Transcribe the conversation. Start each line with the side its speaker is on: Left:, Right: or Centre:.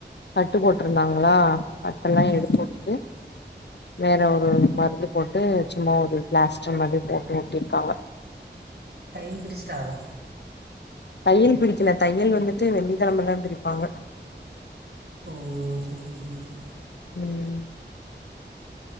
Left: கட்டு போட்டிருந்தாங்களா கட்டெல்லா
Right: ஆ
Left: எடுத்து உட்டுட்டு வேற ஒரு மருந்து போட்டு சும்மா ஒரு பிளாஸ் ச்ச மாரி போட்டு ஒட்டிருக்காங்க
Right: தையல் பிரிச்சிடாகளா
Left: தையல் பிரிக்கல தையல் வந்துட்டு வெள்ளிக்கெழமதா பிரிப்பாங்க
Right: ஓ செரி செரி செரி
Left: ம்